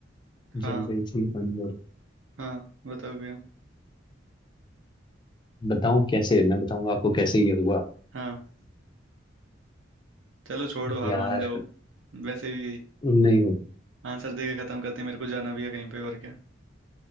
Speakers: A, on the right; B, on the left.
A: हाँ
B: जल रही थी बंद हो रही
A: हाँ बताओगे
B: बताऊं कैसे मैं बताऊंगा आपको कैसे ये हुआ
A: हाँ चलो छोड़ो हार
B: यार
A: मान जाओ वैसे भी
B: नहीं हो
A: आंसर दे के खत्म करते हैं मेरे को जाना भी है कहीं पे और क्या